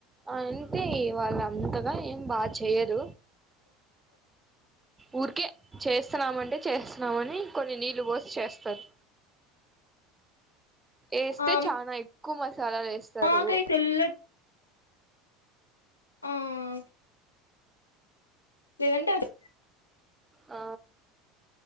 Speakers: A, on the right (about 15°); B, on the left (about 85°).
A: అంటే వాళ్ళ అంతగా ఏం బాగా చేయర ఊరికే చేస్తున్నామంటే చేస్తున్నామని కొన్ని నీళ్ళు పోసి చేస్తారు ఏస్తే
B: ఆ
A: చనా ఎక్కువ మం చాలా వేస్తారు
B: మాకైతే తెల్ల హమ్ లేదంటే అది
A: ఆ